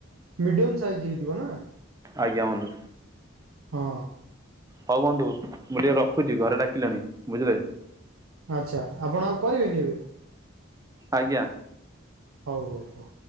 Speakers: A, on the right; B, on the right.
A: ମିଡି଼ୟମ୍ ସାଇଜ୍ ହେଇଥିବ ନା?
B: ଆଜ୍ଞା ବନ୍ଧୁ
A: ହଁ।
B: ହଉ ବନ୍ଧୁ ମୁଁ ଟିକେ ରଖୁଛି ଘରେ ଡା଼କିଲେଣି ବୁଝିଲେକି।
A: ଆଚ୍ଛା ଆପଣ ଆଉ କରିବେନି ଏବେ?
B: ଆଜ୍ଞା।
A: ହଉ ହଉ ହଉ।